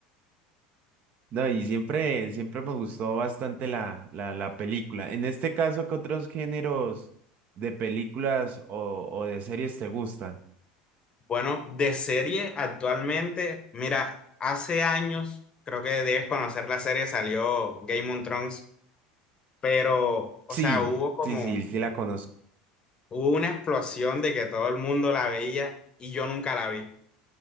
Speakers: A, on the right; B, on the left.
A: No, y siempre, siempre me gustó bastante la, la, la película. En este caso, ¿qué otros géneros de películas o, o de series te gustan?
B: Bueno, de serie actualmente, mira, hace años, creo que debes conocer la serie, salió Game of Thrones, pero, o
A: Sí,
B: sea, hubo como,
A: sí, sí, sí la conozco.
B: hubo una explosión de que todo el mundo la veía y yo nunca la vi.